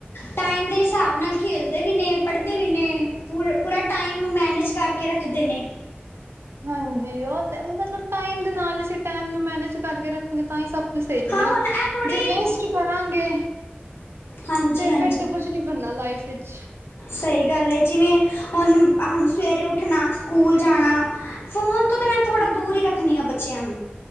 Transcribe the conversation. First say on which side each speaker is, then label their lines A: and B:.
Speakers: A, on the left; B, on the right.
A: ਟਾਈਮ ਦੇ ਹਿਸਾਬ ਨਾਲ ਖੇਲਦੇ ਵੀ ਨੇ, ਪੜ੍ਹਦੇ ਵੀ ਨੇ, ਪੂ-ਪੂਰਾ ਟਾਈਮ ਨੂੰ ਮੈਨੇਜ ਕਰਕੇ ਰੱਖਦੇ ਨੇ।
B: ਹਾਂਜੀ। ਉਹ ਤੇ ਮਤਲਬ ਟਾਈਮ ਦੇ ਨਾਲ ਈ ਅਸੀਂ ਟਾਈਮ ਨੂੰ ਮੈਨੇਜ ਕਰਕੇ ਰੱਖਾਂਗੇ ਤਾਂ ਹੀ ਸਭ ਸਹੀ ਚੱਲੇਗਾ,
A: ਹਾਂ ਹੁਣ ਇਹ ਥੋੜ੍ਹੀ
B: ਜੇ ਵੇਸਟ ਕਰਾਂਗੇ
A: ਹਾਂਜੀ
B: ਤੇ
A: ਹਾਂਜੀ
B: ਫਿਰ ਤੇ ਕੁਛ ਨੀ ਬਣਨਾ ਲਾਈਫ ਵਿਚ
A: ਸਹੀ ਗੱਲ ਏ ਜਿਵੇਂ, ਹੁਣ ਹੁਣ ਸਵੇਰੇ ਉੱਠਣਾ ਸਕੂਲ ਜਾਣਾ। ਫੋਨ ਤੋਂ ਤੇ ਮੈਂ ਥੋੜਾ ਦੂਰ ਹੀ ਰੱਖਣੀ ਆ ਬੱਚਿਆਂ ਨੂੰ